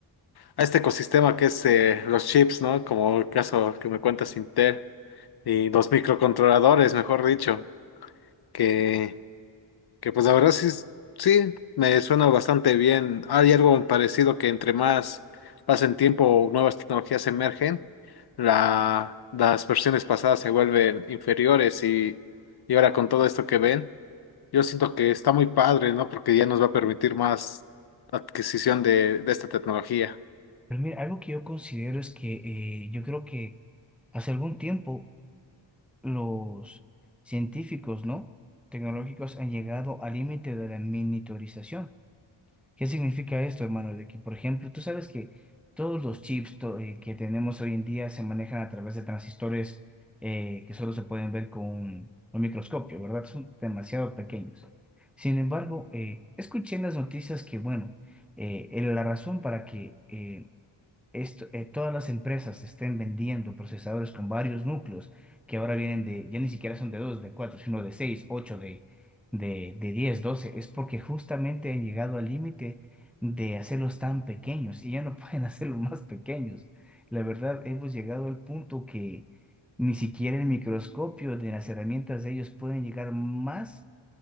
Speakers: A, on the left (about 50°); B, in the centre.
A: a este ecosistema que es eh, los chips, ¿no? Como el caso que me cuentas Intel y los microcontroladores, mejor dicho, que, que pues la verdad sí, es- sí, me suena bastante bien. Hay algo parecido que entre más pasen tiempo, nuevas tecnologías emergen, la, las versiones pasadas se vuelven inferiores y, y ahora con todo esto que ven, yo siento que está muy padre, ¿no? Porque ya nos va a permitir más adquisición de, de esta tecnología.
B: Pero mira, algo que yo considero es que eh, yo creo que hace algún tiempo los científicos, ¿no? tecnológicos han llegado al límite de la miniaturización. ¿Qué significa esto, hermano? De que, por ejemplo, tú sabes que todos los chips to- eh, que tenemos hoy en día se manejan a través de transistores eh, que solo se pueden ver con un, un microscopio, ¿verdad? Son demasiado pequeños. Sin embargo, eh, escuché en las noticias que, bueno, eh, eh, la razón para que eh, esto, eh, todas las empresas estén vendiendo procesadores con varios núcleos que ahora vienen de, ya ni siquiera son de 2 de 4 sino de 6 8 de, de, de 10 12 es porque justamente han llegado al límite de hacerlos tan pequeños y ya no <laughs> pueden hacerlos más pequeños. La verdad, hemos llegado al punto que ni siquiera el microscopio de las herramientas de ellos pueden llegar más